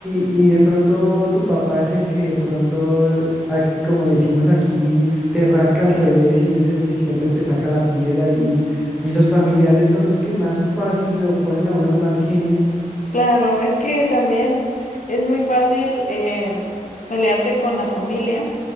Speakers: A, in the centre; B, on the left.
A: y- y de pronto tu papá es el que de pronto, ah, como decimos aquí, te rasca al revés y es el que siempre te saca la piedra y, y los familiares son los que más fácil lo ponen a uno de mal genio,
B: claro, es que también es muy fácil em, pelearte con la familia